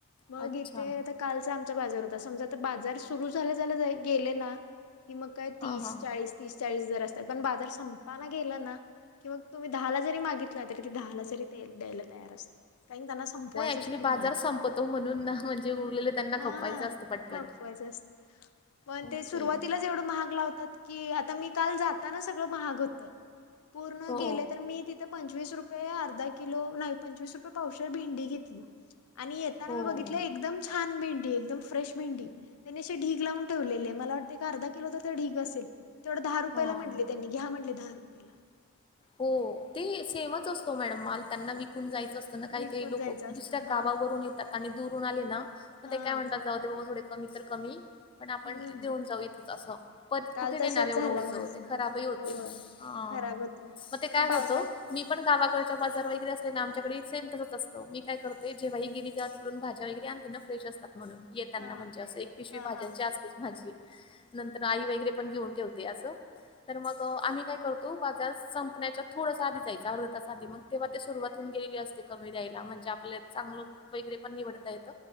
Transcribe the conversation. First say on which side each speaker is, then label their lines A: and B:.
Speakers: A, on the left; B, on the left.
A: मग
B: अच्छा
A: इथे आता कालचा आमचा बाजार होता समजा आता बाजार सुरु झाल्या झाल्या गेले ना कि मग काय तीस,
B: हां हां.
A: चाळीस तीस, चाळीस दर असतात पण बाजार संपताना गेला नां कि मग तुम्ही दहाला जरी मागितला तरी ते दहाला जरी द्यायला तयार असतात कारण की त्यांना संपवायच
B: नाही ॲक्च्युली
A: असतो
B: बाजार
A: माल
B: संपतो म्हणून ना म्हणजे उरलेलं त्यांना
A: हां
B: खपवायचं असतं पटपट.
A: खपवायच असतोय. पण
B: ओके.
A: ते सुरुवातीलाच एवढं महाग लावतात की आता मी काल जाताना सगळं महाग होत पूर्ण
B: हो,
A: गेले तर मी ति ते पंचवीस रुपये अर्धा किलो नाही पंचवीस रुपये पावशर भेंडी घेतली आणि येताना
B: हो.
A: मी बघितलं एकदम छान भेंडी एकदम फ्रेश भेंडी त्याने अशे ढीग लावून ठेवलेले, मला वाटतंय एक अर्धा किलो तर ते ढीग असेल. तेवढं दहा रुपयाला
B: हां.
A: म्हटले त्यांनी घ्या म्हंटले दहा रुपयला
B: हों ते सेमच असतो मॅडम माल त्यांना विकून जायचं असत ना काही
A: विकून
B: काही लोक
A: जायचं असतं
B: दुस ज्या
A: हा
B: गावावरून येतात आणि दूरून आले ना मग
A: हा
B: ते काय म्हणतात जाऊ ते बाबा थोडे कमी तर कमी. पण आपण
A: हम्म
B: देऊन जाऊ इथच असं परत
A: काल
B: कुठे नेणार
A: तसच
B: एवढं
A: झालं
B: ओझ
A: माझ
B: ते खराबही होतेय.
A: होय
B: हां
A: खराब होतय
B: मग ते काय
A: पावसाळ्यात
B: होतं मी पण गावाकडच्या बाजार वगैरे असले ना आमच्याकडे सेम तसंच असत मी काय करते जेव्हाही गेली तेव्हा तिकडून भाज्या वगैरे आ ते ना फ्रेश असतात म्हणून येताना
A: हा
B: म्हणजे असं एक पिशवी
A: हा
B: भाज्यांची
A: हा
B: असतेच माझी. नंतर आई वगैरे पण घेऊन ठेवते असं तर मग आम्ही काय करतो बाजार संपण्याच्या थोडस आधी जायच अर्धा तास आधी मग तेव्हा ते सुरुवात होऊन गेले असते, कमी द्यायला म्हणजे आपल्या चांगल वगैरे पण निवडता येत